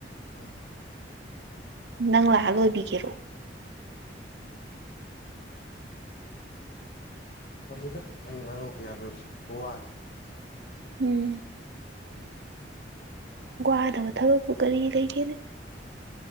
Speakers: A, on the left (about 55°); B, on the right (about 65°).
A: ꯎꯝ
B: ꯅꯪ ꯂꯥꯛꯑ ꯂꯣꯏꯕꯤꯒꯦꯔꯣ
A: ꯇꯜꯂꯤꯗ ꯑꯩ ꯉꯥꯅꯨ ꯀꯌꯥ ꯂꯣꯏꯕꯖꯦ ꯋꯥꯅꯤ
B: ꯎꯝ ꯋꯥꯗꯕ ꯊꯕꯛꯄꯨ ꯀꯔꯤ ꯂꯩꯒꯦꯗ